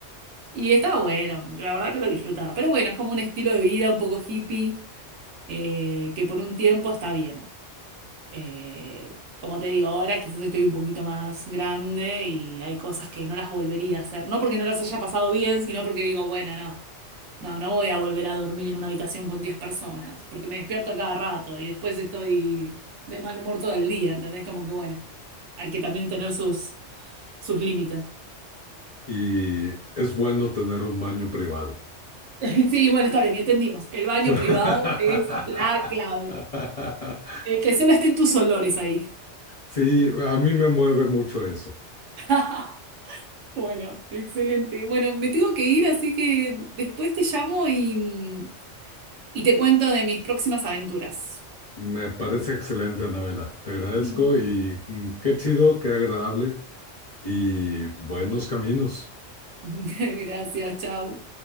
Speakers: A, on the right; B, on the left.
A: Y estaba bueno, la verdad que lo disfrutaba. Pero bueno, es como un estilo de vida un poco hippie eh, que por un tiempo está bien. Eh, como te digo, ahora quizás estoy un poquito más grande y hay cosas que no las volvería a hacer. No porque no las haya pasado bien, sino porque digo, bueno, no. No, no voy a volver a dormir en una habitación con 10 personas, porque me despierto a cada rato y después estoy de mal humor todo el día, ¿entendés? Como que bueno, hay que también tener sus, sus límites.
B: Y es bueno tener un baño privado.
A: <laughs> Sí, bueno, está bien, y entendimos. El baño
B: <laughs>
A: privado es la clave. Eh, que solo estén tus olores ahí.
B: Sí, a mí me mueve mucho eso.
A: <laughs> Bueno, excelente. Bueno, me tengo que ir, así que después te llamo y, y te cuento de mis próximas aventuras.
B: Me parece excelente, Anabela. Te agradezco
A: <laughs>
B: y mm, qué chido, qué agradable y buenos caminos.
A: Gracias, chao.